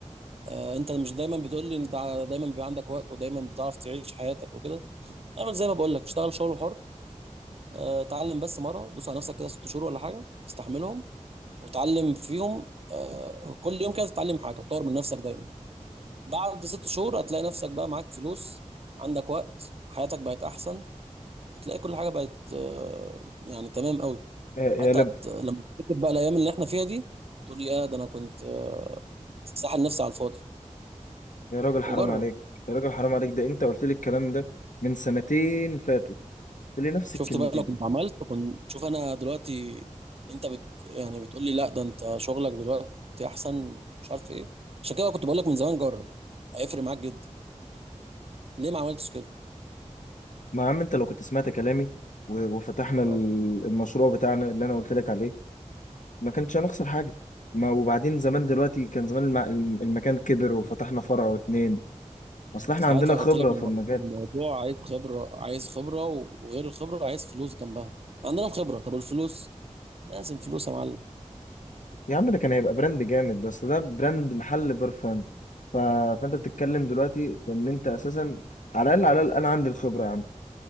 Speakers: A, on the right; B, on the left.
A: آه، انت مش دايما بتقول لي انت دايما بيبقى عندك وقت ودايما بتعرف تعيش حياتك وكده اعمل زي ما بقول لك اشتغل شغل حر آه، اتعلم بس مره دوس على نفسك كده ست شهور ولا حاجه استحملهم وتعلم فيهم آه، كل يوم كده تتعلم حاجه وتطور من نفسك دايما بعد ست شهور هتلاقي نفسك بقى معاك فلوس عندك وقت حياتك بقت احسن هتلاقي كل حاجه بقت آه، يعني تمام قوي
B: يا
A: حتى
B: يا لب
A: هت... لما تفتكر بقى الايام اللي احنا فيها دي تقول يا ده انا كنت آه، ساحل نفسي على الفاضي
B: يا راجل حرام
A: وجرب
B: عليك يا راجل حرام عليك ده انت قلت لي الكلام ده من سنتين فاتوا قلت لي نفس
A: شفت
B: الكلمتين
A: بقى لو كنت عملت كنت شوف انا دلوقتي انت بت... يعني بتقول لي لا ده انت شغلك دلوقتي احسن مش عارف ايه عشان كده كنت بقول لك من زمان جرب هيفرق معاك جدا ليه ما عملتش كده
B: ما يا عم انت لو كنت سمعت كلامي و- وفتحنا ال-
A: آه.
B: المشروع بتاعنا اللي انا قلت لك عليه ما كانش هنخسر حاجة ما وبعدين زمان دلوقتي كان زمان الم... المكان كبر وفتحنا فرع واتنين اصل احنا
A: ساعتها
B: عندنا خبرة
A: قلت لك المو-
B: في المجال
A: الموضوع عايز خبرة عايز خبرة و- وغير الخبرة عايز فلوس جنبها عندنا الخبرة طب والفلوس لازم فلوس يا معلم
B: يا عم ده كان هيبقى براند جامد بس ده براند محل برفان ف... فانت بتتكلم دلوقتي في ان انت اساسا على الاقل على الاقل انا عندي الخبرة يا عم